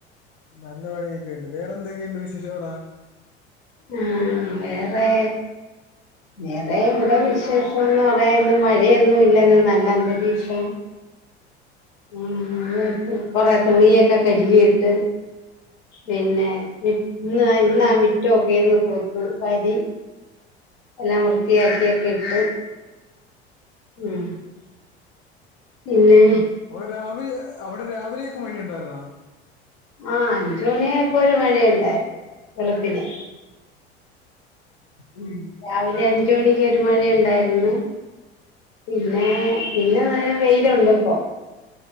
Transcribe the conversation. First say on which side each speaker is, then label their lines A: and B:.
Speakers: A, on the left (about 35°); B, on the left (about 55°).
A: നല്ല പണിയൊക്കെ ഇണ്ട് വേറെന്തൊക്കെയുണ്ട് വിശേഷം അവ്ടെ
B: ഏഹ് വേറെ വേറെ ഇവിടെ വിശേഷോന്ന് പറയാൻ ഇന്ന് മഴയൊന്നും ഇല്ലെന്ന് നല്ല അന്തരീക്ഷം <unintelligible> കൊറെ തുണിയൊക്കെ കഴ്കിയിട്ട് പിന്നെ മി ഇന്ന് ഇന്നാ മിറ്റോക്കെന്ന് തൂത്ത് വാരി എല്ലാം വൃത്തിയാക്കിയൊക്കെ ഇട്ട് ഉം പിന്നെ
A: അവിടെ രാവിലെ അവിടെ രാവിലെയൊക്കെ മഴ ഉണ്ടാര്ന്നോ
B: ആഹ് അഞ്ചു മണിയായപ്പോ ഒരു മഴയുണ്ടായി വെളുപ്പിനെ ഉം രാവിലെ അഞ്ചു മണിക്ക് ഒരു മഴ ഇണ്ടായിര്ന്ന് പിന്നെ പിന്നെ നല്ല വെയില്ണ്ട് ഇപ്പം